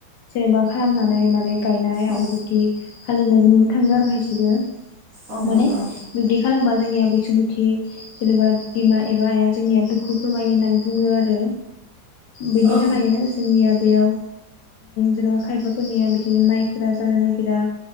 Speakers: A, on the left; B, on the right.
A: जेनेबा खालामनानै माने गायनाय
B: औ
A: आरो बिदि हालेवनायखौ नुनो थाङो आरो खायसेखौ।
B: औ
A: माने
B: नंगौ
A: बिब्दि खालामबा जोंनिया बैसुमिथि जेनेबा बिमा एबा आइआ जोंनिया दुखु फोरमायो होननानै बुङो आरो। बेनि
B: औ
A: थाखायनो जोंनिया बेयाव जेन'बा खायफाफोरनिया बिदिनो माइफोरा जानो नागिरा।